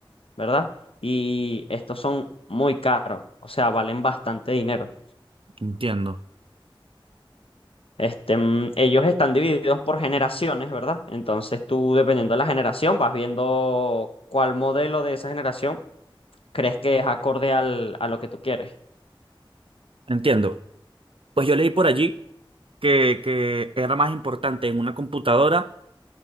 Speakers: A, on the left (about 85°); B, on the right (about 75°).
A: ¿verdad? Y estos son muy caros, o sea, valen bastante dinero.
B: Entiendo.
A: Este, mm, ellos están divididos por generaciones, ¿verdad? Entonces tú, dependiendo de la generación, vas viendo cuál modelo de esa generación crees que es acorde al, a lo que tú quieres.
B: Entiendo. Pues yo leí por allí que, que era más importante en una computadora